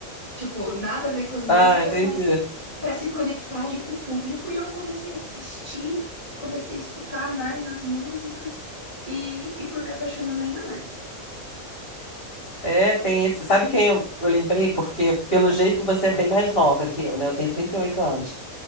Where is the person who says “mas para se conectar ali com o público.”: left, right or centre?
Right